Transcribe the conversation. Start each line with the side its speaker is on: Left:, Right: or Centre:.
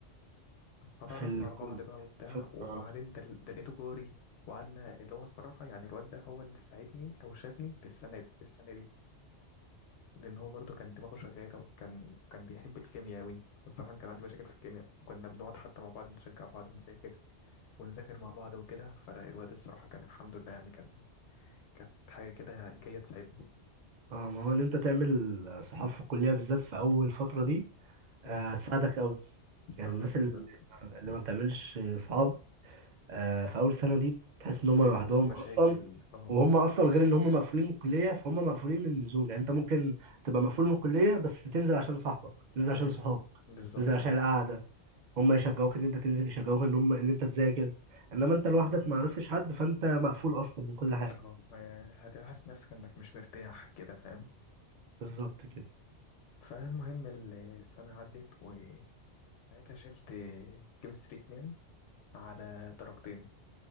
Left: فتعرفنا
Right: في الكل
Left: على بعض بقى وبتاع
Right: في
Left: وبعدين
Right: اه
Left: ده ده لقيته جاري وقعدنا اللي هو الصراحه يعني الواد ده هو اللي ساعدني او شادني في السنه السنه دي لان هو برضو كان دماغه شغاله وكان كان بيحب الكيمياء قوي والصراحه أنا كان عندي مشاكل في الكيمياء وكنا بنقعد حتى مع بعض نشجع بعض نذاكر ونذاكر مع بعض وكده فالواد الصراحه كان الحمد لله يعني كان كانت حاجه كده جايه تساعدهم
Right: آه، ما هو ان انت تعمل صحافه في الكليه بالذات في اول فتره دي آه
Left: امم
Right: هتساعدك قوي يعني
Left: اه
Right: الناس
Left: بالظبط
Right: اللي اللي ما بتعملش صحاب آه، في اول سنه دي تحس ان هم
Left: بيبقى
Right: لوحدهم
Left: عندهم مشاكل
Right: اصلا
Left: اه
Right: وهم اصلا غير ان هم مقفولين من الكليه فهم مقفولين من النزول يعني انت ممكن تبقى مقفول من الكليه بس تنزل عشان صاحبك تنزل عشان
Left: امم
Right: صحابك
Left: بالظبط
Right: تنزل عشان
Left: اه
Right: القعده هم يشجعوك ان انت تنزل يشجعوك ان هم ان انت تذاكر انما انت لوحدك ما عرفتش حد فانت مقفول اصلا من كل حاجه
Left: اه آه، هتحس نفسك انك مش مرتاح كده فاهم
Right: بالظبط كده
Left: فالمهم السنه عدت وساعتها شلت كيمستري اتنين على درجتين